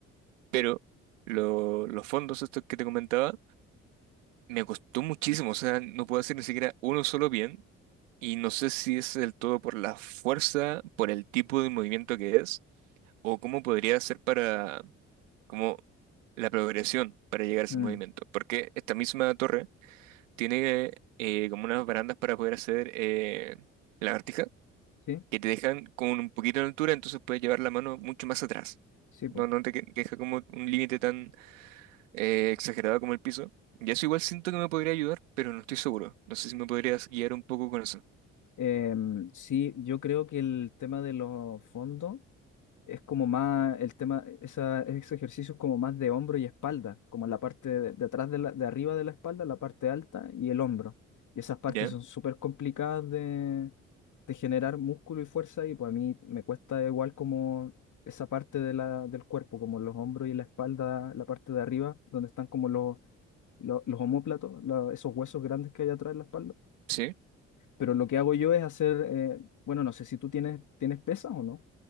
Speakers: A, on the right (about 80°); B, on the left (about 50°).
A: pero lo- los fondos estos que te comentaba me costó muchísimo, o sea, no puedo hacer ni siquiera uno solo bien y no sé si es del todo por la fuerza, por el tipo de movimiento que es o cómo podría ser para como la progresión para llegar a ese
B: Mm,
A: movimiento, porque esta misma torre tiene eh, como unas barandas para poder hacer eh, lagartijas
B: sí,
A: que te dejan con un poquito de altura, entonces puedes llevar la mano mucho más atrás.
B: sí,
A: No,
B: po.
A: no te que- deja como un límite tan eh, exagerado como el piso. Y eso igual siento que me podría ayudar, pero no estoy seguro. No sé si me podrías guiar un poco con eso.
B: Em, sí, yo creo que el tema de los fondos es como más, el tema, esa- ese ejercicio es como más de hombro y espalda, como la parte de, de atrás de, la, de arriba de la espalda, la parte alta y el hombro. Y esas partes
A: ¿Ya?
B: son súper complicadas de, de generar músculo y fuerza y pues a mí me cuesta igual como esa parte de la, del cuerpo, como los hombros y la espalda, la parte de arriba, donde están como los, los, los omóplatos, la- esos huesos grandes que hay atrás de la espalda.
A: Sí.
B: Pero lo que hago yo es hacer, eh, bueno, no sé si tú tienes, tienes pesas o no,